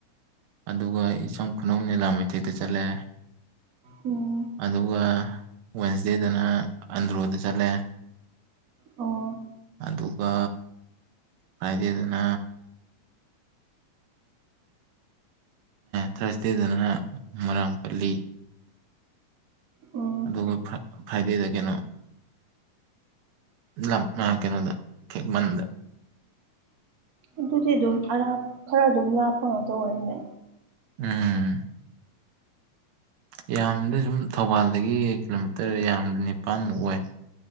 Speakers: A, on the right (about 80°); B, on the right (about 60°).
A: ꯑꯗꯨꯒ ꯏꯆꯝ ꯈꯨꯅꯧ ꯂꯤꯂꯥ ꯃꯊꯦꯛꯇ ꯆꯠꯂꯑꯦ
B: ꯎꯝ
A: ꯑꯗꯨꯒ ꯋꯦꯟꯁꯗꯦꯗꯅ ꯑꯟꯗ꯭ꯔꯣꯗ ꯆꯠꯂꯦ
B: ꯑꯣ
A: ꯑꯗꯨꯒ ꯀꯥꯏꯗꯦꯗꯅ ꯊꯥꯔꯁꯗꯦꯗꯅ ꯃꯔꯣꯏꯥꯡ ꯄꯜꯂꯤ
B: ꯎꯝ
A: ꯑꯗꯨꯒ ꯐ꯭ꯔꯥꯏꯗꯦꯗ ꯀꯩꯅꯣ ꯂꯝ ꯃꯥ ꯀꯩꯅꯣꯗ ꯃꯗ
B: ꯑꯗꯨꯗꯤ ꯑꯗꯨꯝ ꯑꯔꯥꯞ ꯈꯔ ꯑꯗꯨꯝ ꯂꯥꯞꯄ ꯉꯥꯛꯇ ꯑꯣꯏꯔꯦꯅꯦ
A: ꯎꯝ ꯌꯥꯝꯌꯥꯝꯕꯗ ꯁꯨꯝ ꯊꯧꯕꯥꯜꯗꯒꯤ ꯀꯤꯂꯣꯃꯤꯇꯔ ꯌꯥꯝꯌꯥꯝꯕꯗ ꯅꯤꯄꯥꯥꯟꯃꯨꯛ ꯑꯣꯏ